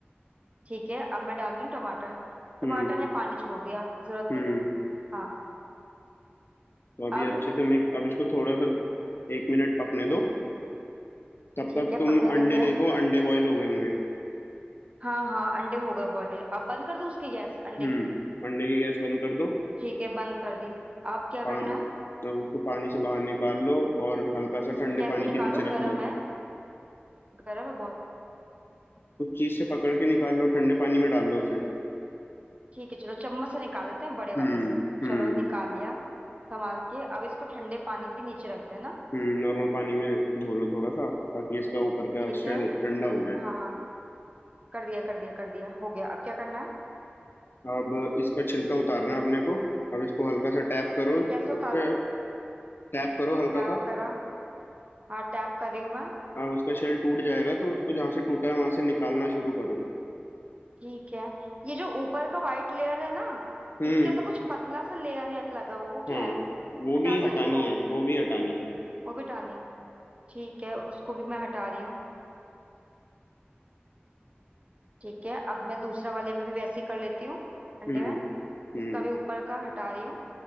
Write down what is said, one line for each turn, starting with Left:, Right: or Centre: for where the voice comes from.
Right: ठीक है अब मैं डाल रही हूँ टमाटर टमाटर
Left: हम्म
Right: ने पानी छोड़ दिया जरूरत
Left: हम्म
Right: नहीं है अब हाँ
Left: तो अभी
Right: अब
Left: अच्छे से मिक्स अब इसको थोड़ा सा एक मिनट पकने दो तब
Right: ठीक
Left: तक
Right: है
Left: तुम
Right: पकने देते
Left: अंडे
Right: हैं
Left: देखो अंडे बॉईल हो गए होंगे
Right: हाँ हाँ अंडे हो गए बॉईल अब बंद कर दूँ उसकी गैस अंडे
Left: हम्म
Right: की
Left: अंडे की गैस बंद कर दो
Right: ठीक है बंद कर दी अब क्या
Left: पान
Right: करना है
Left: अब उसको पानी से बाहर निकाल लो और हल्का सा ठंडे
Right: कैसे
Left: पानी के
Right: निकालूं
Left: नीचे
Right: गरम
Left: रख लो
Right: है गरम है बहुत
Left: कुछ चीज से पकड़ के निकाल लो ठंडे पानी में डाल लो उसे
Right: ठीक है चलो चम्मच से निकाल लेते हैं बड़े वाले
Left: हम्म
Right: से
Left: हम्म
Right: चलो निकाल लिया संभाल के अब इसको ठंडे पानी के नीचे रखते हैं ना
Left: हम्म नॉर्मल पानी में धो लो थोड़ा सा ताकि इसका ऊपर का
Right: ठीक
Left: शेल
Right: है
Left: ठंडा हो जाए
Right: हाँ कर दिया कर दिया कर दिया हो गया अब क्या करना है
Left: अब इसका छिलका उतारना है अपने को अब इसको हल्का सा टैप करो
Right: कैसे उतारूं
Left: उस पे टैप करो हल्का
Right: टैप
Left: सा
Right: करा हाँ टैप कर रही हूँ मैं
Left: अब उसका शेल टूट जाएगा तो उसको जहाँ से टूटा है वहां से निकालना शुरू करो
Right: ठीक है ये जो ऊपर का वाइट लेयर है ना
Left: हम्म
Right: इसके अंदर कुछ पतला सा लेयर है लगा हुआ वो क्या
Left: हाँ
Right: है
Left: वो
Right: हटानी
Left: भी हटानी
Right: है उसको
Left: है वो भी हटानी है
Right: वो भी हटानी ठीक है उसको भी मैं हटा रही हूँ ठीक है अब मैं दूसरा वाले में भी वैसे ही कर लेती हूँ अंडे
Left: हम्म
Right: में
Left: हम्म
Right: इसका भी ऊपर का हटा रही हूँ